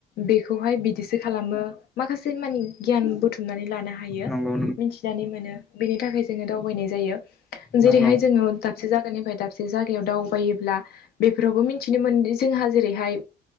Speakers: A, on the left (about 65°); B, in the centre.
A: बेखौहाय बिदिसो खालामो माखासे मानि गियान बुथुमनानै लानो हायो।
B: नंगौ नंगौ
A: मिथिनानै मोनो बेनि थाखाय जोङो दाव बानाय जायो जेरैहाय
B: नंगौ
A: जोङो दाबसे जायगानिफ्राय दाबसे जायगायाव दावबायोब्ला बेफोरावबो मिथिनो मोनदि जोंहा जेरैहाय